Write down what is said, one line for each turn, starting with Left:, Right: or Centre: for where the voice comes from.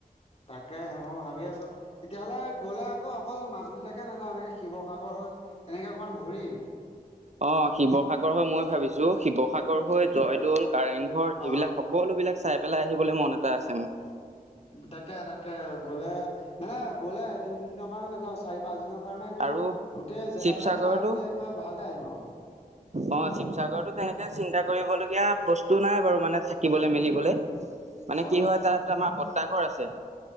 Left: তাকেহে মই ভাবি আছো। তেতিয়াহলে গ'লে অক-অকল মাজুলীলৈকে নাযাওঁ এনেকে শিৱসাগৰ হৈ এনেকে অকণমান ঘূৰিম।
Right: অ' শিৱসাগৰ হৈ মই ভাবিছো শিৱসাগৰ হৈ জয়দৌল কাৰেংঘৰ এইবিলাক
Left: অ
Right: সকলো বিলাক চাই পেলাই আহিবলৈ মন এটা আছে মোৰ।
Left: তাকে, তাকে গ'লে মানে গ'লে এদিন, দুদিনৰ কাৰণে নাযাওঁ চাৰি পাচদিনৰ কাৰণে গৈ
Right: আৰু
Left: গোটেই জেগাবিলাক
Right: শিৱসাগৰতো
Left: চাই মেলি একেবাৰে ভালকে আহিম আৰু।
Right: অ' চিৱচাগৰতো তেনেকে চিন্তা কৰিবলগীয়া বস্তু নাই বাৰু মানে থাকিবলে মেলিবলে মানে
Left: অ
Right: কি হয় তাত আমাৰ বৰ্তাৰ ঘৰ আছে।